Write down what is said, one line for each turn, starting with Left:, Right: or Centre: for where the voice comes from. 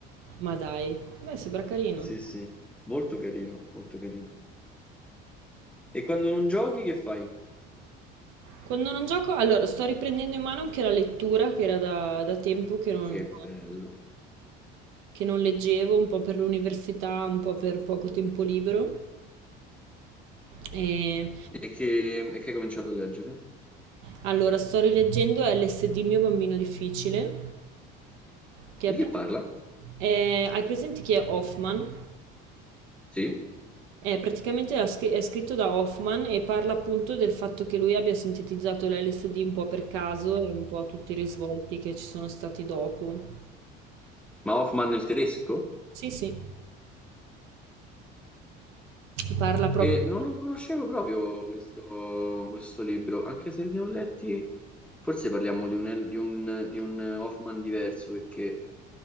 Right: Ma dai. Beh, sembra carino.
Centre: Sì, sì, molto carino, molto carino. E quando non giochi, che fai?
Right: Quando non gioco... Allora, sto riprendendo in mano anche la lettura, che era da, da tempo che non,
Centre: Che bello.
Right: che non leggevo, un po' per l'università, un po' per poco tempo libero. E...
Centre: E che, e che hai cominciato a leggere?
Right: Allora, sto rileggendo LSD il mio bambino difficile, che
Centre: Di
Right: è pra-
Centre: che parla?
Right: è- hai presente chi è Hoffman?
Centre: Sì?
Right: È praticamente la scri- è scritto da Hoffman e parla appunto del fatto che lui abbia sintetizzato l'LSD un po' per caso e un po' a tutti i risvolti che ci sono stati dopo.
Centre: Ma Hoffman nel tedesco?
Right: Sì, sì, parla proprio.
Centre: E non lo conoscevo proprio questo, questo libro, anche se ne ho letti, forse parliamo di un, di un- di un Hoffman diverso, perché